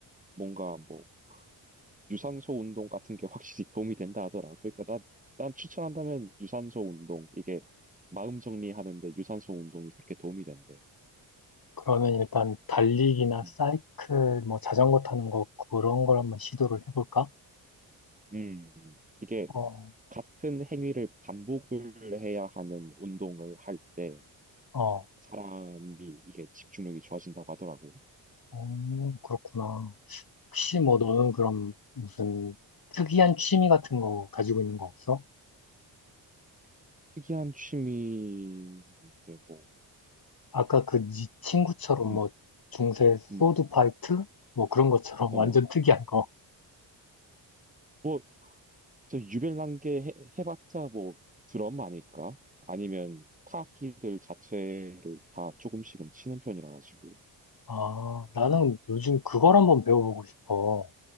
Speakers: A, on the right; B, on the left.
A: 뭔가 뭐, 유산소 운동 같은 게 확실히 <laughs> 도움이 된다 하더라. 그러니까 난, 난 추천한다면 유산소 운동, 이게 마음 정리하는데 유산소 운동이 그렇게 도움이 된대.
B: 그러면 일단 달리기나
A: 음,
B: 사이클 뭐 자전거 타는 거 그런 걸 한번 시도를 해볼까?
A: 음. 이게
B: 어,
A: 같은 행위를 반복을 해야 하는 운동을 할 때,
B: 어,
A: 사람이 이게 집중력이 좋아진다고 하더라고.
B: 어, 그렇구나. 혹시
A: 음,
B: 뭐 너는 그럼 무슨 특이한 취미 같은 거 가지고 있는 거 없어?
A: 특이한 취미 이게 뭐,
B: 아까 그 네 친구처럼
A: 음,
B: 뭐 중세
A: 음,
B: 소드 파이트 뭐 그런 것처럼
A: 어,
B: <laughs> 완전 특이한 거.
A: 뭐, 저 유별난 게 해, 해봤자 뭐 드럼 아닐까? 아니면 타악기들 자체를 다 조금씩은 치는 편이라 가지고,
B: 아, 나는 요즘 그걸 한번
A: 음,
B: 배워보고 싶어.